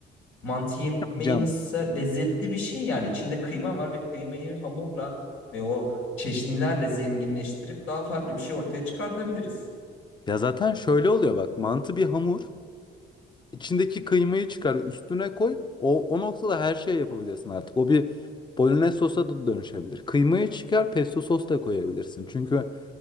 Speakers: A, on the left; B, on the left.
A: Mantı yemeği
B: Cam.
A: nasılsa lezzetli bir şey yani içinde kıyma var ve kıymayı hamurla ve o çeşnilerle zenginleştirip daha farklı bir şey ortaya çıkartabiliriz.
B: Ya zaten şöyle oluyor bak. Mantı bir hamur. İçindeki kıymayı çıkar, üstüne koy. O, o noktada her şey yapabilirsin artık. O bir bolognese sosa da dönüşebilir. Kıymayı çıkar, pesto sos da koyabilirsin. Çünkü